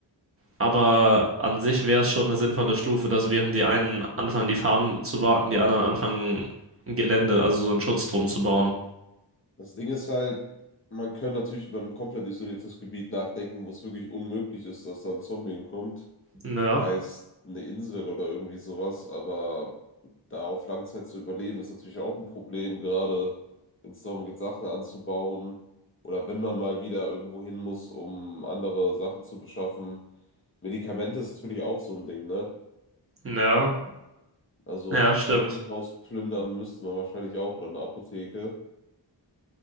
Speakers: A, on the right; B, on the left.
A: Aber an sich wäre es schon eine sinnvolle Stufe, dass während die einen anfangen, die Farm zu warten, die anderen anfangen, ein Gelände, also so einen Schutz drum zu bauen.
B: Das Ding ist halt, man kann natürlich über ein komplett isoliertes Gebiet nachdenken, wo es wirklich unmöglich ist, dass da ein Zombie kommt.
A: Ja.
B: Heißt eine Insel oder irgendwie sowas, aber da auf Langzeit zu überleben, ist natürlich auch ein Problem, gerade wenn es darum geht, Sachen anzubauen oder wenn man mal wieder irgendwo hin muss, um andere Sachen zu beschaffen. Medikamente ist natürlich auch so ein Ding, ne?
A: Ja,
B: Also
A: ja,
B: ein
A: stimmt.
B: Krankenhaus plündern müsste man wahrscheinlich auch oder eine Apotheke.